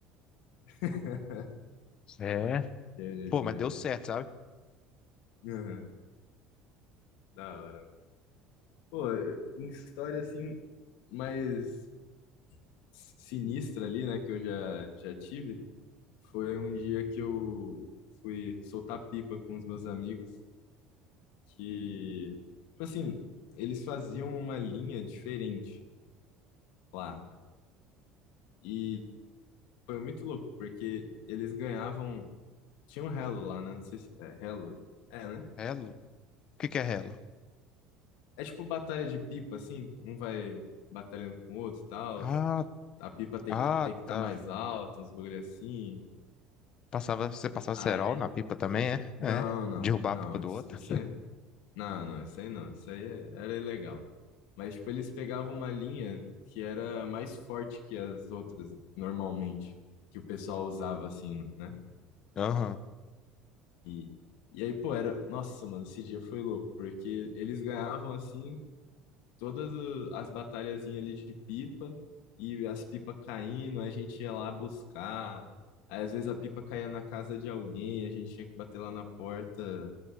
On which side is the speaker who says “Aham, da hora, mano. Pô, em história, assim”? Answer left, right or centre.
Left